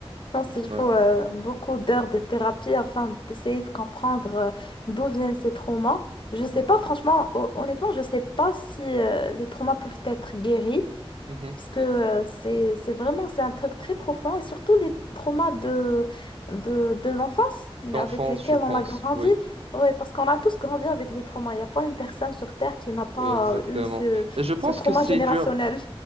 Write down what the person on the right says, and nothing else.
Ouais.
Mhm.
Mhm.
D'enfance,
je pense.
Oui,
oui, exactement.
Et je pense
que c'est
dur.